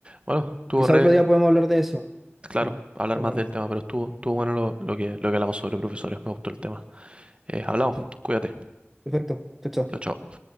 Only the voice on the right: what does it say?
Bueno, estuvo
re,
claro,
hablar
más
del tema, pero estuvo, estuvo bueno lo, lo que, lo que hablamos sobre profesores. Me gustó el tema. Eh, hablamos,
cuídate.
Chao, chao.